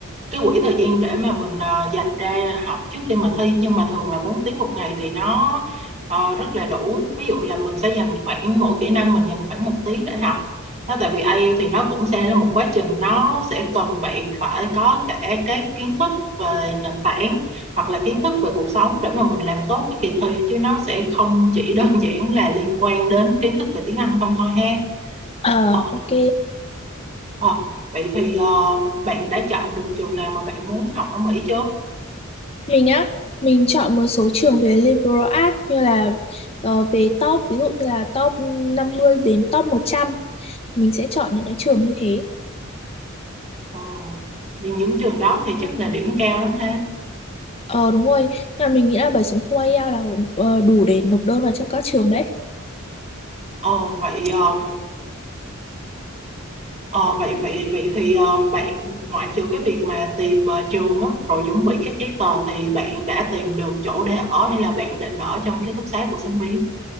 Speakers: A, on the right; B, on the left.
A: cái quỹ thời gian để mà mình ờ, dành ra học trước khi mà thi nhưng mà thường là 4 tiếng một ngày thì nó ờ, rất là đủ ví dụ là mình sẽ dành khoảng mỗi kỹ năng mình dành khoảng một tiếng để học nó tại vì IELTS thì nó cũng sẽ là một quá trình nó sẽ cần bạn phải có cả cái kiến thức về nền tảng hoặc là kiến thức về cuộc sống để mà mình làm tốt cái kỳ thi chứ nó sẽ không chỉ đơn giản là liên quan đến kiến thức về tiếng Anh không thôi ha
B: Ờ,
A: ờ,
B: ok.
A: ờ, vậy thì ờ, bạn đã chọn được trường nào mà bạn muốn học ở Mỹ chưa
B: Mình á, mình chọn một số trường về liberal arts như là ờ, về top, ví dụ như là top 50 đến top một trăm, Mình sẽ chọn những cái trường như thế.
A: ờ, vì những trường đó thì chắc là điểm cao lắm ha
B: Ờ đúng rồi, nhưng mà mình nghĩ là 7.0 IELTS là ờ, đủ để nộp đơn vào cho các trường đấy.
A: ờ, vậy ờ, ờ, vậy vậy vậy thì ờ, bạn ngoại trừ cái việc mà tìm ờ, trường á, rồi chuẩn bị các giấy tờ thì bạn đã tìm được chỗ để ở hay là bạn định ở trong ký túc xá của sinh viên